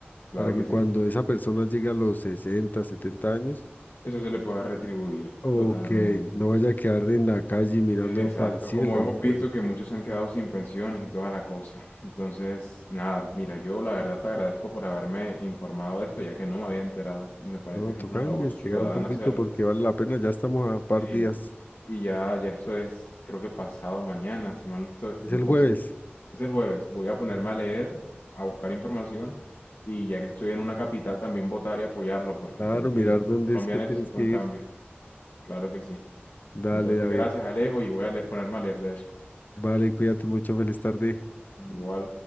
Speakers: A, on the left; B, on the left.
A: Claro
B: para que
A: que sí.
B: cuando esa persona llegue a los 60 70 años,
A: Eso se le puede retribuir
B: o
A: totalmente.
B: que no vaya a quedar en la calle mirando
A: Exacto,
B: para el cielo,
A: como hemos
B: hombre.
A: visto que muchos se han quedado sin pensiones y toda la cosa. Entonces, nada, mira, yo la verdad te agradezco por haberme informado de esto, ya que no me había enterado y me parece
B: No, toca
A: que es una labor
B: investigar
A: ciudadana
B: un poquito
A: hacerlo.
B: porque vale la pena, ya estamos a par
A: Sí,
B: días,
A: y ya, ya eso es, creo que pasado mañana, si mal no estoy.
B: es
A: Entonces,
B: el jueves.
A: es el jueves, voy a ponerme
B: ¿sí?
A: a leer, a buscar información y ya que estoy en una capital también votar y apoyarlo, porque
B: Claro,
A: creo que
B: mirar dónde
A: Colombia
B: es que
A: necesita
B: tienes que
A: un
B: ir.
A: cambio. Claro que sí.
B: Dale,
A: Entonces,
B: David.
A: gracias Alejo y voy a le- ponerme a leer de eso.
B: Vale, cuídate mucho, feliz tarde.
A: Igual,